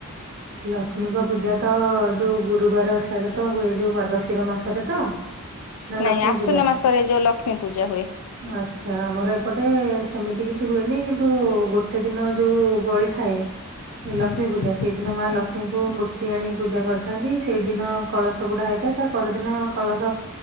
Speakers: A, on the right (about 45°); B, on the left (about 85°).
A: ଲକ୍ଷ୍ମୀଙ୍କ ପୂଜା ତ ଯୋଉ ଗୁରୁବାର ଓଷାରେ ତ ହୁଏ ଯୋଉ ମାର୍ଶିର ମାସରେ ତ? ନା ଲକ୍ଷ୍ମୀ
B: ନାଇଁ ଆସ୍ୱିନ
A: ପୂଜା?
B: ମାସରେ ଯୋଉ ଲକ୍ଷ୍ମୀ ପୂଜା ହୁଏ।
A: ଆଚ୍ଛା ଆମର ଏପଟେ ସେମିତି କିଛି ହୁଏନି କିନ୍ତୁ ଗୋଟେ ଦିନ ଯୋଉ ବଳିଥାଏ। ଏ
B: ହୁଁ
A: ଲକ୍ଷ୍ମୀ ପୂଜା ସେଇ ଦିନ ମା
B: ହୁଁ
A: ଲକ୍ଷ୍ମୀଙ୍କୁ ମୂର୍ତ୍ତି ଆଣିକି ପୂଜା କରିଥାନ୍ତି ସେଇ ଦିନ କଳସ ବୁଡା ହେଇଥାଏ ତା ପରଦିନ କଳସ